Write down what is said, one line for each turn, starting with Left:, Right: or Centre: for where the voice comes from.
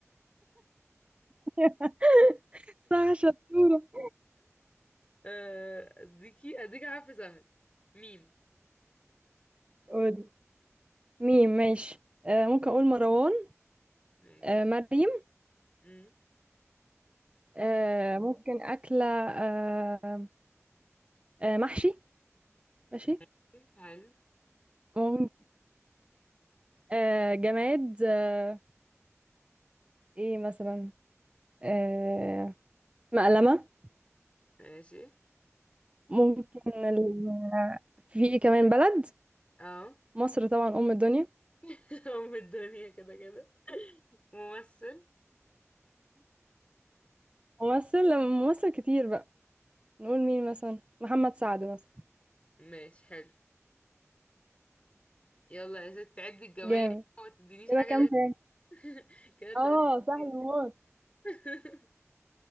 Right: <laughs> صح شطورة
Left: آه، اديكي اديكي حرف سهل ميم
Right: قول ميم ماشي آه ممكن اقول مروان
Left: ماشي
Right: آه مريم
Left: مم.
Right: آه ممكن اكله آه آه محشي ماشي
Left: ماشي حلو
Right: ممكن آه جماد آه ايه مثلا آه مقلمه
Left: ماشي
Right: ممكن ال... في كمان بلد
Left: اه
Right: مصر طبعا ام الدنيا
Left: <laughs> ام الدنيا كده كده ممثل
Right: ممثل لما ممثل كتير بقى نقول مين مثلا محمد سعد مثلا
Left: ماشي حلو يلا يا ست عدي الجمايل
Right: جامد
Left: ما تدينيش
Right: كده
Left: حاجة
Right: كام
Left: لسه.
Right: تاني
Left: <laughs> كده تلاتة
Right: اه سهل
Left: اتنين.
Right: موت
Left: <laughs>